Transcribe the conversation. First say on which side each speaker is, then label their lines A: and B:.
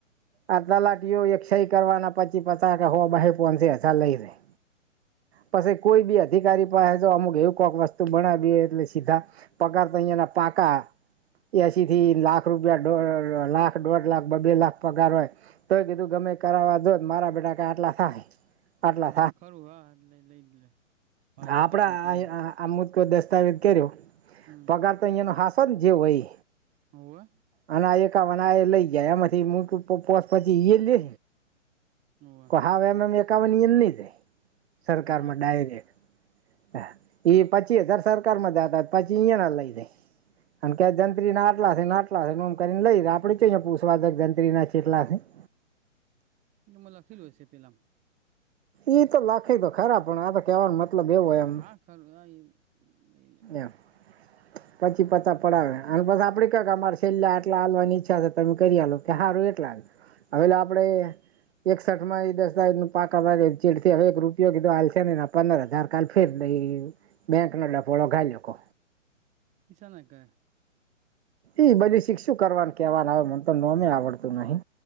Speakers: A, on the right (about 55°); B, on the right (about 20°).
A: આ તલાટીઓ એક સહી કરવાના પછી પછા કે હું બહી ફોન છે હજાર લઈ જાય પછી કોઈ બી અધિકારી પાસે તો અમુક એવું કોઈક વસ્તુ બણાવી એટલે સીધા પગાર તઈના પાકા એસીથી લાખ રૂપિયા લાખ દોઢ લાખ બ બે લાખ પગાર હોય તોય કીધું ગમે કરાવવા જોત મારા બેટા કા આટલા થાય આટલા
B: હા ખરું હા લઈ લઈ જ લે વાત હાચી
A: આપડા
B: ખોટી
A: આ
B: નઈ
A: આ મુદકો દસ્તાવેજ કર્યો
B: હમ
A: ગ તો અહીંયા ન હાસો જેવય ઇ
B: હોવે
A: અને આ એક કા વણાએ લઈ જાય એમાંથી મોટું પોસ પછી ઈયેલે
B: હોવે
A: હાવ એમ એમ એકાવન નહી થાય સરકારમાં
B: ના
A: ડાયરેક્ટ હા એ પચી હજાર સરકાર મધ આ પછી ઈયાના લાઈ અને કે જંત્રી ના આટલા છેને આટલા છે એમ કરીને લઈ આપડે જો પુષવા જક જંત્રી ના ચેટલા છે. <inaudible>
B: એ મ લખીલુંય છે પેલામ.
A: ઈ તો લખે તો ખરા પણ આ તો કેવાનો મતલબ એવો હોય એમ.
B: હા ખરું હા એ લઈ લે
A: એમ પછી
B: સાચી
A: પછા પડાવે.
B: વાત
A: અને બસ આપડે કક અમારે છેલ્યા એટલા હાલવાની ઈચ્છા છે તમે કરી આલો કે સારું એટલા આ. હવે આપડે એકસઠ માં એ દસ્તાવેજ ન પાકા ભ ચેડથી હવે એક રૂપ ઉપયોગી તો હાલ છે ને પંદર હજાર કડ ફેરઈ બેંક નો ડપોળો ગાઈકો.
B: ઈસાને કે.
A: એ બધું શીકષુ કરવાનું કેવાનું આવે મને તો નોમે આવડતું નહિ.